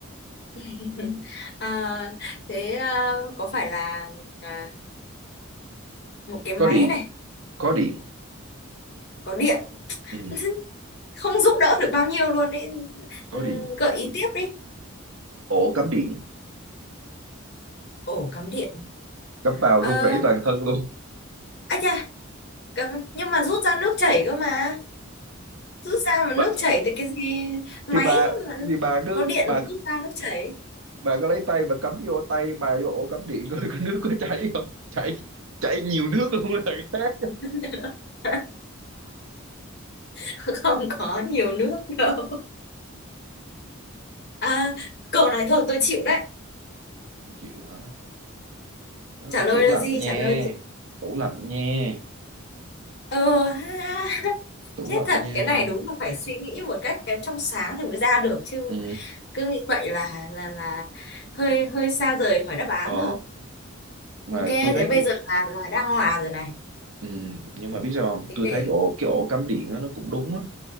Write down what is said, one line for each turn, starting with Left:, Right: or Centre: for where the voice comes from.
Left: <laughs> à, thế à, có phải là à, một cái máy
Right: có điện
Left: này
Right: có điện
Left: có điện
Right: ừ
Left: <laughs> không giúp đỡ được bao nhiêu luôn ấy
Right: có
Left: Ừ,
Right: điện
Left: gợi ý tiếp đi
Right: ổ cắm điện
Left: ổ cắm điện
Right: cắm vào
Left: ờ
Right: run rẩy toàn thân luôn
Left: à chà cắm nhưng mà rút ra nước chảy cơ mà rút ra mà
Right: Bà-
Left: nước chảy thì cái gì máy
Right: thì bà
Left: mà
Right: thì bà cứ
Left: có điện
Right: bà
Left: mà rút ra nước chảy
Right: bà cứ lấy tay bà cắm vô tay bà vô ổ cắm điện coi có nước có chảy không chảy chảy nhiều nước luôn là khác
Left: <laughs> không không có nhiều nước đâu à câu này thôi tôi chịu đấy
Right: Chịu chịu hả đó
Left: trả
Right: là
Left: lời
Right: tủ lạnh
Left: là gì
Right: nha
Left: trả lời gì?
Right: tủ lạnh nha
Left: ờ ha, ha.
Right: tủ
Left: thế
Right: lạnh
Left: thật
Right: nha
Left: cái này đúng là phải suy nghĩ một cách cái trong sáng thì mới ra được chứ
Right: ừ
Left: cứ nghĩ vậy là là là hơi hơi xa rời khỏi đáp án
Right: ờ
Left: rồi
Right: mà
Left: ok
Right: tôi thấy
Left: thế bây
Right: cái
Left: giờ là là đang hòa rồi này
Right: ừ nhưng mà biết sao không
Left: thế
Right: tôi
Left: để
Right: thấy cái ổ cái ổ cắm điện đó, nó cũng đúng á